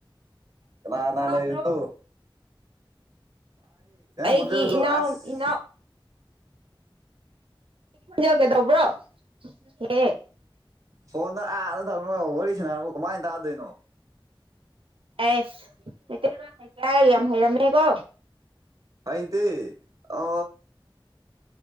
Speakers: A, on the right; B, on the right.
A: ꯀꯥꯅꯥ ꯀꯅꯥ
B: ꯇꯥꯗ꯭ꯔꯣ
A: ꯂꯩꯔꯤ ꯅꯣ
B: ꯑꯩꯒꯤ
A: ꯈꯣꯟꯖꯦꯜꯁꯨ
B: ꯏꯅꯥꯎ
A: ꯑꯁ
B: ꯏꯅꯥꯎ ꯖꯒꯦꯗꯧꯕ꯭ꯔꯣ ꯍꯦ
A: ꯐꯣꯟꯗ ꯑꯥꯗ ꯊꯝꯅ ꯋꯥꯔꯤ ꯁꯅꯔ ꯀꯃꯥꯏꯅ ꯇꯥꯗꯣꯏꯅꯣ
B: ꯑꯦꯁꯇ ꯏꯔ ꯍꯦꯔꯝꯅꯦꯀꯣ
A: ꯑꯩꯗꯤ ꯑ